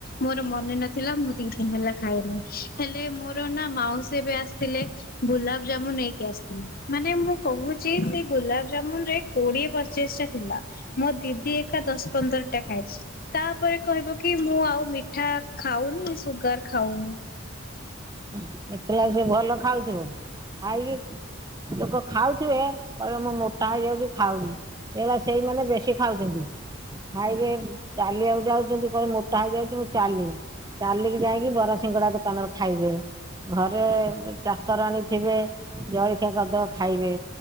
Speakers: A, on the left; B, on the right.
A: ମୋର ମନେ ନଥିଲା ମୁଁ ଦି ଦିନ ହେଲା ଖାଇଲିି ହେଲେ ମୋର ନା ମାଉସୀ ଏବେ ଆସିଥିଲେ ଗୁଲାବ ଜାମୁ ନେଇକି ଆସିଥିଲେ ମାନେ ମୁଁ କହୁଛି ସେ ଗୁଲା ଯେମୁ ରେ କୋଡିଏ ପଚିଶ ଟା ଥିଲା ମୋ ଦିଦି ଏକା ଦଶ ପନ୍ଦର ଟା ଖାଇଛି। ତାପରେ କହିବ କି ମୁଁ ଆଉ ମିଠା ଖାଉନି ସୁଗାର ଖାଉନି।
B: ଦେଖିଲ ସେ ଭଲ ଖାଉଥିବ ଖାଇକି ଲୋକ ଖାଉଥିବେ କହିଲେ ମୁଁ ମୋଟା ହେଇଯାଉଛି ଖାଉନି ଦେଖିଲାବେଳକୁ ସେଇମାନେ ବେଶୀ ଖାଉଛନ୍ତି ଖାଇବେ ଚାଲିବାକୁ ଯାଉଛନ୍ତି କହେ ମୋଟା ହେଇଯାଉଛି ମୁଁ ଚାଲିବି ଚାଲିକି ଯାଇକି ବରାସିିଙ୍ଗଡା ଦୋକାନରେ ଖାଇବେ। ଘରେ ଚାକର ଆଣିଥିବେ ଜଳଖିଆ କଦ ଖାଇବେ